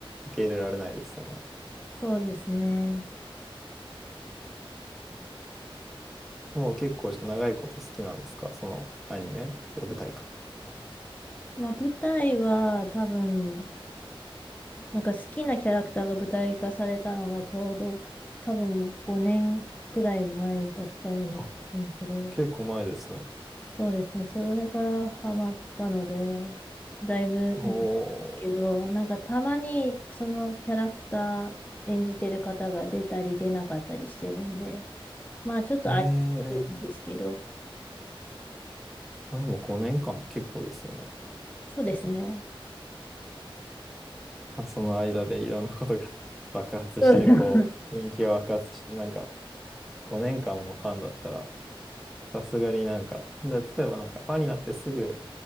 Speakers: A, in the centre; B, on the left.
A: 受け入れられないですよね。
B: そうですね。
A: もう結構長いこと好きなんですかそのアニメと舞台か。あ、
B: まあ、舞台は多分、なんか好きなキャラクターが舞台化されたのがちょうど多分5年くらい前だったような気がするんですけど、
A: あ結構前ですね。
B: そうですね、それからハマったので、だいぶなんですけど、
A: おー。
B: なんかたまにそのキャラクター演じてる方が出たり出なかったりしてるんで、まあちょっと空いてるんですけど、
A: ええまあでも5年間って結構ですよね。
B: そうですね。
A: まあ、その間でいろんなことが <laughs> 爆発して、
B: うん
A: こう、
B: <laughs>
A: 人気が爆発して、なんか5年間もファンだったら、さすがになんか、で、例えばなんかファンになってすぐ